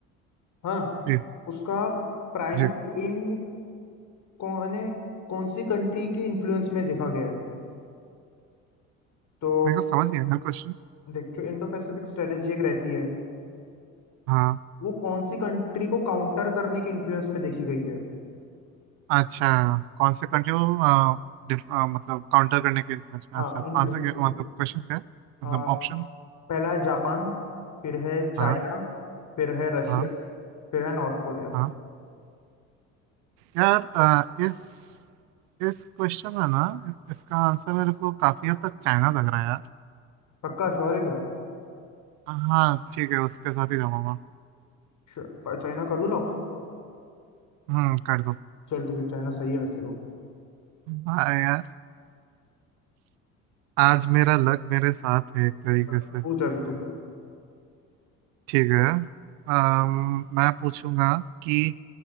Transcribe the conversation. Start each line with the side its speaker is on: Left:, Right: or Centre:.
Left: हाँ
Right: जी
Left: उसका प्राइमरी
Right: जी
Left: एम कौन है कौन सी कंट्री के इन्फ्लुएंस में देखा गया है तो
Right: मेरे को समझ नहीं आया क्वेश्चन
Left: देख जो इंडो पैसिफिक स्ट्रेटेजी एक रहती है
Right: हाँ
Left: वो कौन सी कंट्री को काउंटर करने के इन्फ्लुएंस में देखी गई है
Right: अच्छा कौन से कंट्री को अ, डिफ- अ, मतलब काउंटर करने के डिफेंस में
Left: हाँ
Right: अच्छा
Left: इन्फ्लुएंस
Right: आंसर क्या
Left: में देखी
Right: मतलब क्वेश्चन क्या है
Left: हाँ
Right: मतलब ऑप्शन
Left: पहला है जापान फिर है चाइना
Right: हाँ
Left: फिर है रशिया
Right: हाँ
Left: फिर है नॉर्थ कोरिया
Right: हाँ यार अ, इस इस क्वेश्चन में ना इसका आंसर मेरे को काफी हद तक चाइना लग रहा है यार
Left: पक्का श्योर है क्या
Right: हाँ ठीक है उसके साथ ही जाऊंगा
Left: श्योर- चाइना का लॉक
Right: हम्म कर दो
Left: चल ठीक है चाइना सही है वैसे तो
Right: हाँ यार आज मेरा लक मेरे साथ है एक तरीके
Left: हाँ,
Right: से
Left: पूछ अभी तू
Right: ठीक है अम, मैं पूछूंगा कि